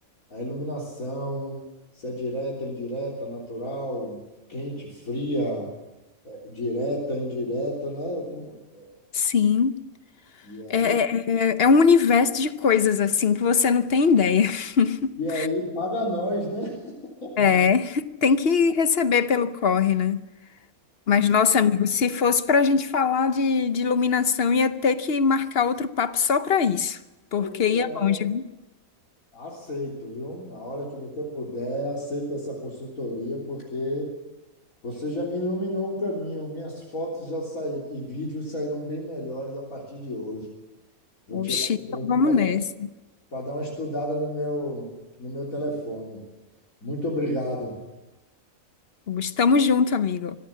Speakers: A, on the left; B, on the left.
A: A iluminação, se é direta, indireta, natural, quente, fria, eh, direta, indireta, né? Como é?
B: sim.
A: E aí,
B: É, é, é é um universo de coisas assim que você não tem ideia. <laughs>
A: e aí paga nós, né? <laughs>
B: É, tem que receber pelo corre, né? Mas, nossa, amigo, se fosse para a gente falar de, de iluminação, ia ter que marcar outro papo só para isso, porque
A: Pois
B: ia
A: é,
B: longe, viu?
A: aceito, viu? A hora que você puder, aceita essa consultoria, porque Você já me iluminou um caminho, minhas fotos já saíram e vídeos sairão bem melhores a partir de hoje. Vou
B: Oxi,
A: tirar um
B: então
A: tempo
B: vamos
A: para
B: nessa.
A: dar, para dar uma estudada no meu, no meu telefone. Muito obrigado.
B: Estamos junto, amigo.